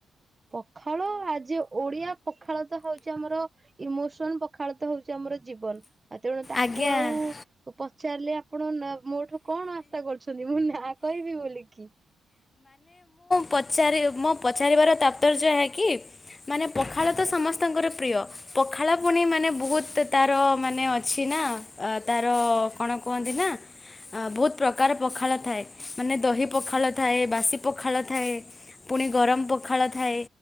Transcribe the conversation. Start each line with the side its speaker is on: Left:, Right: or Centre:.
Right: ପଖାଳ ଆଜି ଓଡିଆ ପଖାଳ ତ ହଉଛି ଆମର ଇମୋସନ ପଖାଳ ତ ହଉଛି ଆମର ଜୀବନ। ତେଣୁ ତାକୁ
Left: ଆଜ୍ଞା
Right: ଆଉ ପଚାରିଲେ ଆପଣ ନ ମୋ ଠୁ କଣ ଆଶା କରୁଛନ୍ତି? ମୁଁ ନାଁ କହିବି ବୋଲିକି।
Left: ପଚାରେ ମୋ ପଚାରିବାର ତାପର୍ଯ୍ୟ ଏହା କି ମାନେ ପଖାଳ ତ ସମସ୍ତଙ୍କର ପ୍ରିୟ, ପଖାଳ ପୁଣି ମାନେ ବହୁତ ତାର ମାନେ ଅଛି ନା, ଅ, ତାର କଣ କୁହନ୍ତି ନା? ଅ, ବହୁତ ପ୍ରକାର ପଖାଳ ଥାଏ, ମାନେ ଦହି ପଖାଳ ଥାଏ, ବାସି ପଖାଳ ଥାଏ, ପୁଣି ଗରମ ପଖାଳ ଥାଏ,